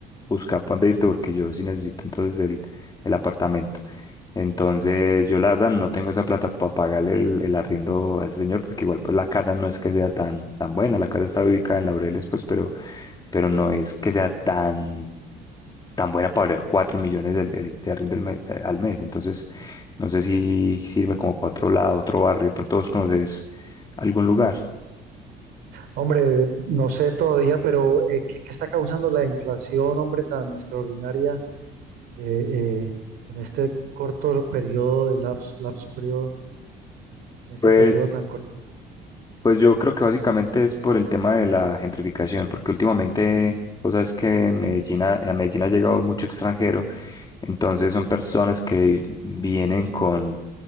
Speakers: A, on the left; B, on the right.
A: busca para dónde irte porque yo sí necesito entonces el, el apartamento. Entonces yo la verdad no tengo esa plata para pagarle el, el arriendo a ese señor porque igual pues la casa no es que sea tan, tan buena, la casa está ubicada en Laureles pues, pero, pero no es que sea tan tan buena para valer 4 millones del- del- de, arriendo al mes, eh, al mes. Entonces, no sé si sirve como para otro lado, otro barrio. De pronto vos conoces algún lugar.
B: Hombre, no sé todavía, pero eh, ¿qué, qué está causando la inflación, hombre, tan extraordinaria de, eh, en este corto periodo de lapso, lapso periodo, en este
A: Pues,
B: periodo tan corto?
A: pues yo creo que básicamente es por el tema de la gentrificación, porque últimamente, vos sabes que en Medellín, ha- a Medellín ha llegado mucho extranjero, entonces son personas que vienen con